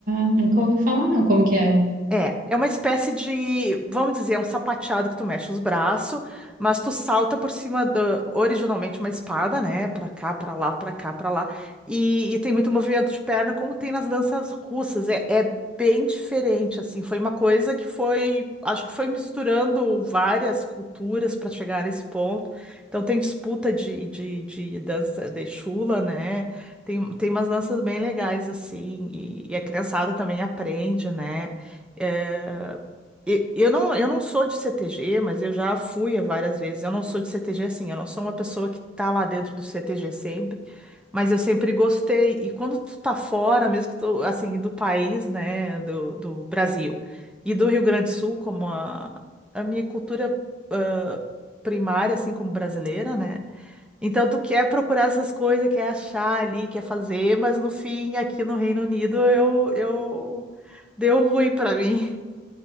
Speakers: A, on the right; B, in the centre.
A: nunca ouvi falar, não. Como que é?
B: É, é uma espécie de, vamos dizer, é um sapateado que tu mexe os braços, mas tu salta por cima do originalmente uma espada, né? Pra cá, pra lá, pra cá, pra lá. E, e tem muito movimento de perna, como tem nas danças russas. É, é bem diferente, assim. Foi uma coisa que foi, acho que foi misturando várias culturas para chegar nesse ponto. Então tem disputa de, de, de dança de chula, né? Tem, tem umas danças bem legais, assim. E, e a criançada também aprende, né? É, e- eu não, eu não sou de CTG, mas eu já fui a várias vezes. Eu não sou de CTG assim, eu não sou uma pessoa que tá lá dentro do CTG sempre, mas eu sempre gostei. E quando tu tá fora, mesmo que tu, assim, do país, né, do, do Brasil e do Rio Grande do Sul, como a, a minha cultura ah, primária, assim, como brasileira, né? Então tu quer procurar essas coisas, quer achar ali, quer fazer, mas no fim, aqui no Reino Unido, eu, eu... Deu ruim pra mim.